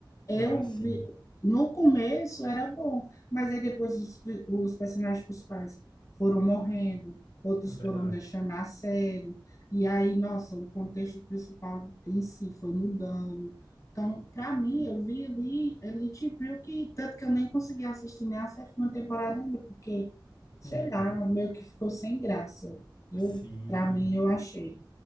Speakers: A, on the left; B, on the left.
A: eu
B: Ah, sim.
A: vi, no começo era bom, mas aí depois os, pri- os personagens principais foram morrendo, outros
B: É verdade.
A: foram deixando a série, e aí, nossa, o contexto principal em si foi mudando. Então, para mim, eu vi ali Elite Brill, que tanto que eu nem consegui assistir nem a sétima temporada ainda, porque, sei
B: <laughs>
A: lá, meio que ficou sem graça. Eu,
B: Sim.
A: para mim, eu achei.